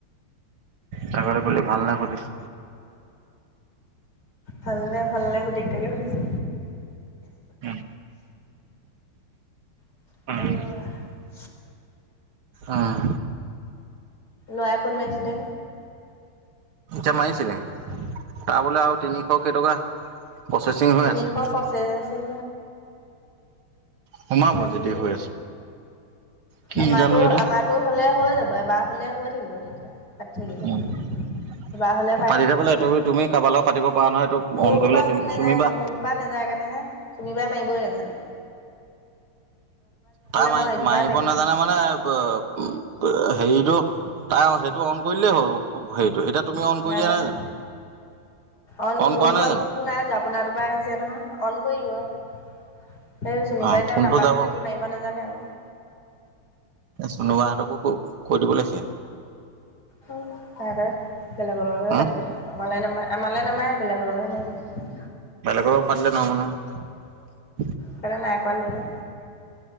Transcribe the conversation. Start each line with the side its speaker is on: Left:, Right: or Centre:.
Right: ছাগলী পোৱালি ভাল নে সুধিছো?
Left: ভালনে? ভালনে? গোটেইকেইটাকে সুধিছে।
Right: উম।
Left: আইঅ'।
Right: উম, আহ।
Left: ল'ৰাই ফোন মাৰিছিলে।
Right: জামাইজিলে তাৰ বোলে আৰু তিনিশ কেইটকা প্ৰচেচিং হৈ
Left: তিনিশ
Right: আছে।
Left: প্ৰচেচিং
Right: সোমাব
Left: হৈয় আছে
Right: যদি
Left: বুলি
Right: হৈ
Left: কৈছে,
Right: কি
Left: আমাৰটো
Right: জানো এইটো
Left: আমাৰটো হ'লে হ'ল। যাবা বা হ'লে হৈ থাকিব তেতিয়া। পাতি থাকিলে
Right: উ
Left: এবাৰ হ'লে পাই
Right: পাতিলে
Left: থাকে
Right: বোলে এইটো তুমি কাৰোবালৈও পাতিব পৰা নহয় এইটো
Left: মোৰটোৰ
Right: অন কৰি
Left: পৰা
Right: পেলাই
Left: ফোন নেযায়
Right: চুমিবা
Left: মোৰটোৰ পৰা নেযায় কাৰণে হে তুমি বাই মাৰিবই নেজানে।
Right: তাৰ মা
Left: মই এইটোৰ
Right: মাৰিব
Left: পৰাই মাৰিলোহেঁতেন
Right: নাজানে মানে উম ', হেৰিতটো তাৰ সেইটো অন কৰিলেই হ'ল হেৰিতটো এতিয়া। তুমি অন কৰি
Left: নাজানো
Right: দিয়া নাই জানো
Left: অন মোৰটো
Right: কৰা নাই
Left: পৰা
Right: জানো
Left: ফোনটো নাই আপোনাৰ তৰ পৰা আহিছে নহয় অন কৰিলো অহ ', <inaudible> সেই চুমি
Right: অ
Left: বাইদেউ
Right: ফোনটো
Left: নাম্বাৰটো
Right: যাব
Left: লিখি মাৰিব নোজানে আকৌ। <inaudible>
Right: চোনু বাহঁতকো ক কৈ দিব লাগিছিল।
Left: হয়। হয় বাৰু বেলেগৰ লগতে
Right: হম
Left: পাতিব। আমালে নামাৰে- আমালে নামাৰে বেলেগৰ লগে মাৰিম।
Right: বেলেগৰ পাতিলে নহবো ন।
Left: সেটো নাই কৰা লোৱে।